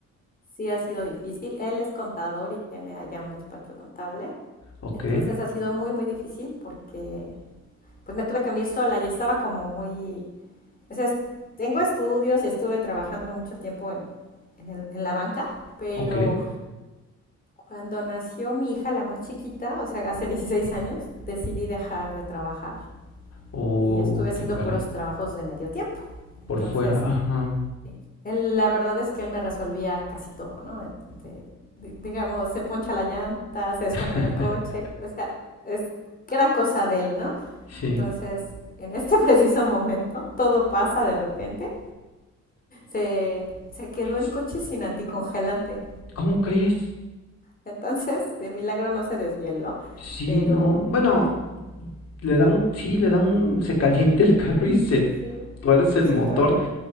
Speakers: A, on the left (about 30°); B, on the left (about 55°).
A: Sí ha sido difícil. Él es contador y tiene allá un despacho contable.
B: Ok,
A: Entonces ha sido muy, muy difícil porque pues me tuve que venir sola y estaba como muy... O sea, es- tengo estudios y estuve trabajando mucho tiempo en, en el- en la banca, pero
B: ok.
A: cuando nació mi hija, la más chiquita, o sea, hace 16 años, decidí dejar de trabajar
B: Oh,
A: y estuve haciendo
B: qué caray.
A: puros trabajos de medio tiempo. Entonces,
B: Por fuera, ajá.
A: Sí. Él, la verdad es que él me resolvía casi todo, ¿no? Este, di- digamos, se poncha la llanta, se descompone
B: <laughs>
A: el coche, o sea, es que era cosa de él, ¿no?
B: Sí.
A: Entonces, en este <laughs> preciso momento, todo pasa de repente, se, se quedó
B: S-
A: el coche sin anticongelante.
B: ¿Cómo crees?
A: Entonces, de milagro no se desvieló,
B: Sí,
A: pero
B: no. Bueno, le da un, sí, le da un, se calienta el carro y se
A: sí,
B: tuerce
A: sí
B: el motor.
A: truena,
B: <laughs>